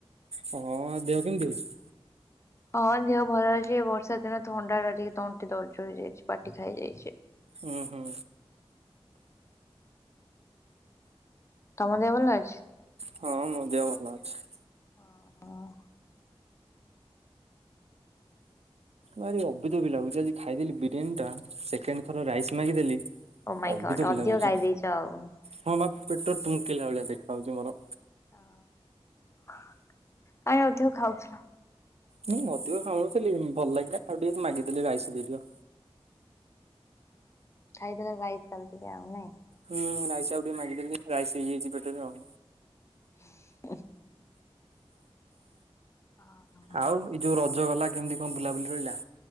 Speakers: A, on the right; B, on the left.
A: ହଁ ଦେହ କେମିତି ଅଛି?
B: ହଁ ଦେହ ଭଲ ଅଛି ଏ ବର୍ଷା ଦିନ ଥଣ୍ଡା ଟା ଟିକେ ତଣ୍ଟି ଦର୍ଜ ହେଇଯାଇଛି ପାଟି ଖାଇଯାଇଛି।
A: ହୁଁ ହୁଁ
B: ତମ ଦେହ ଭଲ ଅଛି?
A: ହଁ ମୋ ଦେହ ଭଲ ଅଛି।
B: ଓ ହ
A: ଭାରି ଅଭିଧ ବି ଲାଗୁଛି ଆଜି ଖାଇଦେଲି ବିରିୟାନୀ ଟା ସେକେଣ୍ଡ ଥର ରାଇସ୍ ମାଗିଦେଲି
B: ଓମାଇଁ
A: ଅବିତୋବି
B: ଗଡ୍ ଅଧିକ
A: ଲାଗୁଛି
B: ଗାଇ ଦେଇଛ ଆଉ
A: ହଁ ବା ପେଟ ଟୁମ୍କିଲା ଭଳିଆ ଦେଖା ହାଉଛି ମୋର
B: ଓ କାହିଁ ଅଧିକ ଖାଉଥିଲ
A: ନାଇ ଅଧିକ ଖାଉନଥିଲି ଭଲ ଲାଗିଲା ଆଉ ଟିକେ ମାଗିଦେଲି ରାଇସ ଦେଇଦିଅ
B: ଖାଇଦେଲେ ରାଇସ୍ ଚାଲିି ଆଉ ନାଇଁ
A: ହୁଁ ରାଇସ ଆଉ ଟିକେ ମାଗିଦେଲି ରାଇସ ହେଇଯାଇଛି ପେଟରେ ଆଉ
B: <unintelligible> ଓହୋ
A: ଆଉ ଏଇ ଯୋଉ ରଜ ଗଲା କେମିତି କଣ ବୁଲାବୁଲି ରହିଲା?